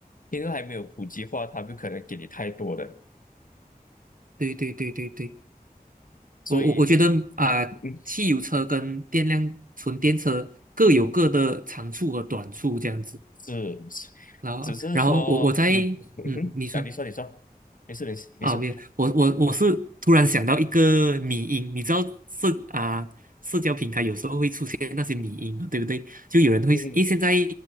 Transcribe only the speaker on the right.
对对对对对，
我我我觉得啊、
汽油车跟电量纯电车各有各的长处和短处这样子。
然后，
然后我我在
嗯，你说。
啊，
没有，我我我是突然想到一个迷音，你知道社啊、社交平台有时候会出现那些迷音嘛，对不对？就有人会，
因为现在